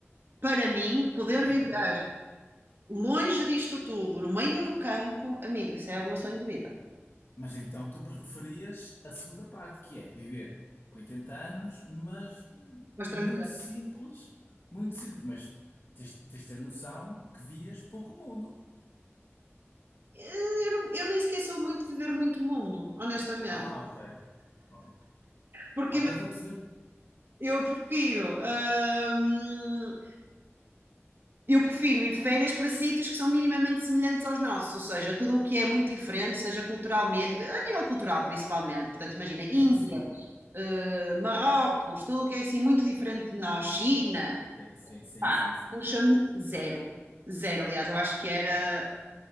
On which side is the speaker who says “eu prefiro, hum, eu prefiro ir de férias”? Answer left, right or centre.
Right